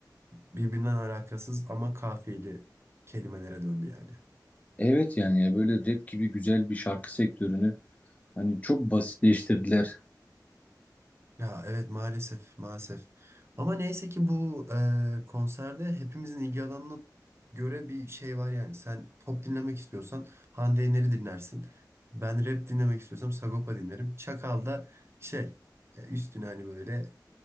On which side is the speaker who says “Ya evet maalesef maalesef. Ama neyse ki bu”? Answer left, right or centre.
Right